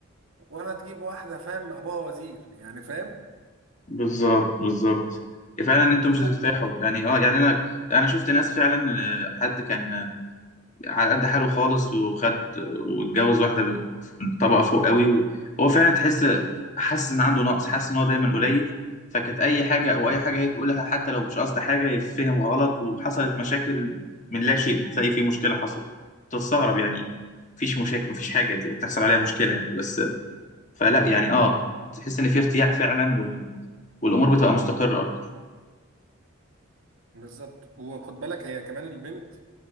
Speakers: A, on the right; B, on the left.
A: ولا تجيب واحدة فاهم أبوها وزير يعني فاهم
B: بالظبط بالظبط فعلا انتم مش
A: حت-
B: هترتاحوا يعني اه يعني انا انا شفت ناس فعلا آه، حد كان على قد حاله خالص وخد واتجوز واحدة ب- طبقة فوق قوي وهو فعلا تحس حاسس إن عنده نقص حاسس إن هو دايما قليل فكانت أي حاجة أو أي حاجة هي تقولها حتى لو مش قصد حاجة يتفهم غلط وحصلت مشاكل من لا شيء بتلاقي في مشكلة حصلت تستغرب يعني مفيش مشاكل مفيش حاجة تحصل عليها مشكلة يعني بس فلا يعني اه بتحس إن في ارتياح فعلا و... والأمور بتبقى مستقرة أكتر
A: بالظبط وخد بالك هي كمان البنت